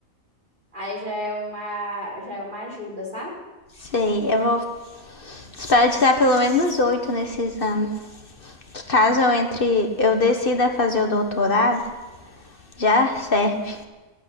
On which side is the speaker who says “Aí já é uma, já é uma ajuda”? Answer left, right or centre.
Right